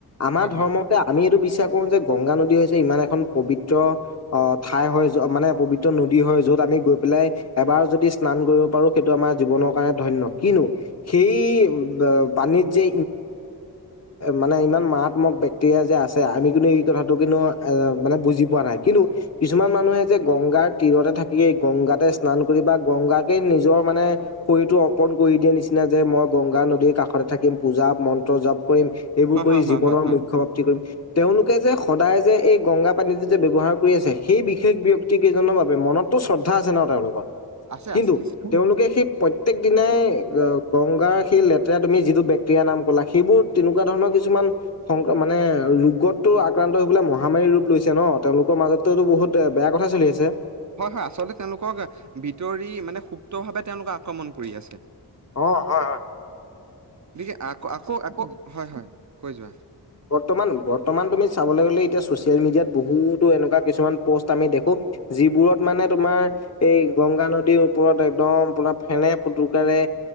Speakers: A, on the left; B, on the right.
A: আমাৰ
B: হয় হয়
A: ধৰ্মতে
B: হয় হয়
A: আমি এইটো বিশ্বাস কৰো যে, গংগা নদী হৈছে, ইমান এখন পবিত্ৰ অ' ঠাই হয় মানে পবিত্ৰ নদী হয় য'ত আমি গৈ পেলাই এবাৰ যদি স্নান সেইটো আমাৰ জনৰ কাৰ ধন্য সেই পানীত যে মানে ইমান মাৰাত্মক বেক্টেৰিয়া যে আছে, আমি কিন্তু এই কথাটো কিন্তু এ মানে বুজি পোৱা নাই কিন্তু কিছুমান মানুহে যে গংগাৰ তীৰতে থাকিয়েই গংগাতে স্নান কৰি বা গংগা। কে নিজৰ মানে, শৰীৰতটো অৰ্পন কৰি দিয়ে নিচিনা যে মই গংগা নদীৰ কাষতে থাকিম। পূজা মন্ত জাপ কৰিম এইবোৰ কৰি
B: হয় হয়
A: জীৱনৰ
B: হয় হয়
A: মুখ্য প্ৰাপ্তি কৰিম তেওঁলোকে যে সদায় যে এই গংগা। পানীটো যে ব্যৱহাৰ কৰি আছে সেই বিশেষ ব্যয়ক্তি কেইজনৰ বাবে মনতো শ্ৰদ্ধা আছে ন তেওঁলোকৰ।
B: আছে
A: কিন্তু,
B: আছে নিশ্চিত
A: তেওঁলোকে সেই প্ৰত্যয়েক দিনাই, গংগাৰ সেই লেতে। তে তুমি যিটো বেকটেৰিয়া নাম কলা সেইবোৰ তেনেকুৱা ধৰণৰ কিছুমান সং মানে ৰোগতটো আ সেইফে মহামাৰীৰ ৰূপ লৈছে ন তেওঁলোকৰ মাজতোতো বহুত বেয়া কথা চলি আছে।
B: হয়-হয় আচলতে তেওঁলোকক ভিতৰি মানে সুপ্তভাৱে তেওঁলোকক আক্ৰমণ কৰি আছে।
A: অ' হয়-হয়।
B: গকে আকৌ আকৌ আকৌ হয়-হয় কৈ যোৱা?
A: বৰ্তমান-বৰ্তমান তুমি চাবলৈ গলে এতিয়া ছচিয়েল মিডিয়াত বহুতো এনেকুৱা কিছুমান প'ষ্ট আমি দেখোঁ। যিবোৰত মানে তোমাৰ এই গংগা নদীৰ ওপৰত একদম তোমাৰ ফেনে ফুটকাৰাৰে।